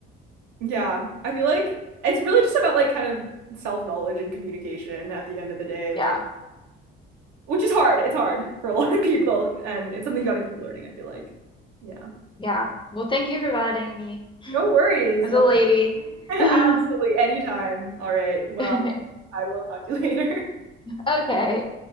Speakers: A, on the right; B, on the left.
A: Yeah. I feel like it's really just about, like, kind of self-knowledge and communication at the end of the day.
B: Yeah.
A: Like, which is hard. It's hard for a <laughs> lot of people, and it's something you got to keep learning, I feel like. Yeah.
B: Yeah. Well, thank you for validating me
A: No worries.
B: as
A: Lo-
B: a lady.
A: <laughs> Absolutely.
B: <laughs>
A: Anytime. All right. Well,
B: Okay.
A: I will talk to you <laughs> later.
B: Okay.